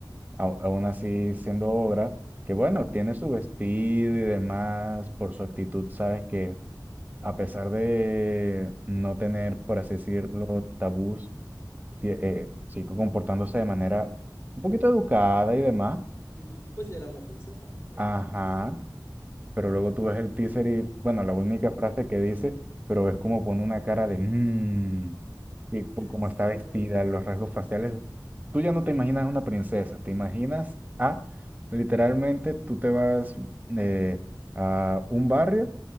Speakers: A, on the right; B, on the left.
A: au- aún así siendo obra, que bueno, tiene su vestido y demás, por su actitud, sabes que a pesar de no tener, por así decirlo, tabús, tie- eh, sigo comportándose de manera un poquito educada y demás.
B: Ujú, Pues era una princesa, era...
A: Ajá pero luego tú ves el teaser y, bueno, la única frase que dice, pero es como pone una cara de mmm, y po- cómo
B: Sí,
A: está vestida,
B: no, no, no.
A: los rasgos faciales. Tú ya no te imaginas una princesa, te imaginas a, literalmente, tú te vas eh, a un barrio,